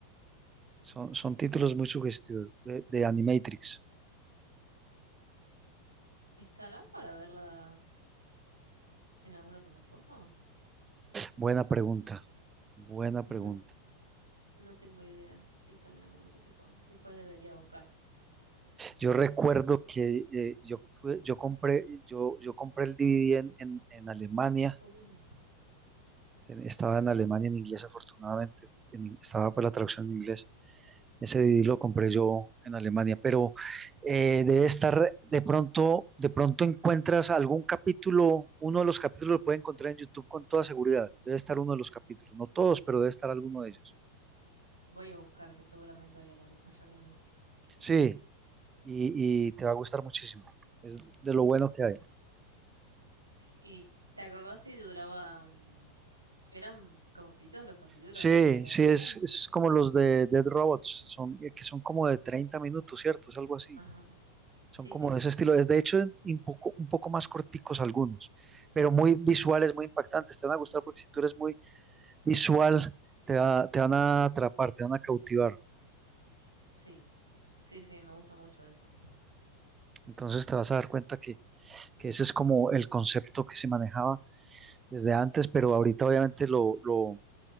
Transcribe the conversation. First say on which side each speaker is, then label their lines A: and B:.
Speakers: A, on the right; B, on the right.
A: son, son
B: Renacimiento.
A: títulos muy sugestivos de, de Animatrix.
B: ¿Estarán para verlas en alguna plataforma?
A: Buena pregunta, buena pregunta.
B: No, no tengo idea si están en alguna plataforma. Después debería buscar.
A: Yo recuerdo que eh, yo, tuve- yo compré, yo, yo compré el DVD en, en- en Alemania.
B: Oh.
A: Ten- Estaba en Alemania en inglés, afortunadamente. en in- estaba por la traducción en inglés. Ese
B: Oh.
A: DVD lo compré yo en Alemania, pero eh, debe estar, de pronto, de pronto encuentras algún capítulo, uno de los capítulos lo puede encontrar en YouTube con toda seguridad. Debe estar uno de los capítulos, no todos, pero debe estar alguno de ellos.
B: Voy a buscar, que seguramente hay, algu- haya alguno. A
A: Sí,
B: ver.
A: y, y te va a gustar muchísimo. Es de lo bueno que hay.
B: ¿Y te acordás si duraba... mm, ¿Eran cortitos los capítulos
A: Sí,
B: generalmente?
A: sí, es, es como los de Dead Robots, son, que son como de 30 minutos, ¿cierto? Es algo así.
B: Ajá.
A: Son
B: Sí,
A: como
B: sí,
A: de ese estilo. Es de hecho un poco, un poco más corticos algunos, pero muy visuales, muy impactantes. Te van a gustar porque si tú eres muy visual, te, va- te van a atrapar, te van a cautivar.
B: sí. Sí, sí, me gusta mucho eso.
A: Entonces te vas a dar cuenta que, que ese es como el concepto que se manejaba desde antes, pero ahorita obviamente lo, lo-